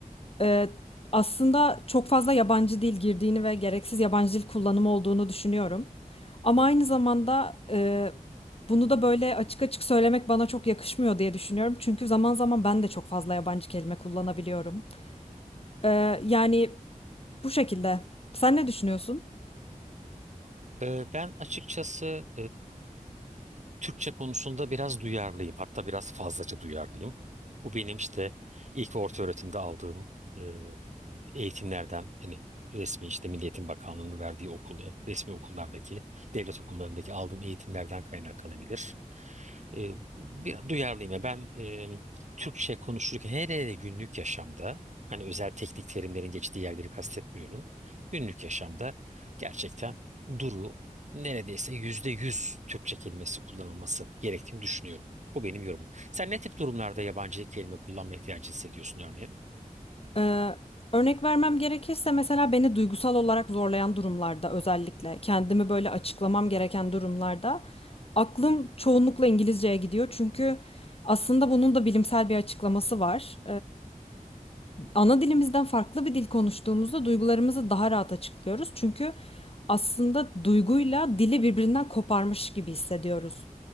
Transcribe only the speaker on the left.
e, aslında çok fazla yabancı dil girdiğini ve gereksiz yabancı dil kullanımı olduğunu düşünüyorum. Ama aynı zamanda e, bunu da böyle açık açık söylemek bana çok yakışmıyor diye düşünüyorum. Çünkü zaman zaman ben de çok fazla yabancı kelime kullanabiliyorum. Ee, yani bu şekilde. Sen ne düşünüyorsun?
Ee, örnek vermem gerekirse mesela beni duygusal olarak zorlayan durumlarda özellikle kendimi böyle açıklamam gereken durumlarda aklım çoğunlukla İngilizceye gidiyor. Çünkü aslında bunun da bilimsel bir açıklaması var ana dilimizden farklı bir dil konuştuğumuzda duygularımızı daha rahat açıklıyoruz. Çünkü aslında duyguyla dili birbirinden koparmış gibi hissediyoruz.